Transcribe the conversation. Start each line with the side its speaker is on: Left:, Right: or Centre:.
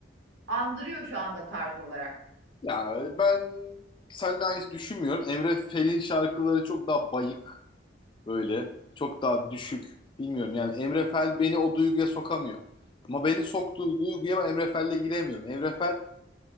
Right: andırıyor şu anda tarz olarak.
Left: Ya ben seninle aynı düşünmüyorum. Emre Fel'in şarkıları çok daha bayık. Böyle çok daha düşük. Bilmiyorum yani Emre Fel beni o duyguya sokamıyor. Ama beni soktuğu duyguya ben Emre Fel'le giremiyorum. Emre Fel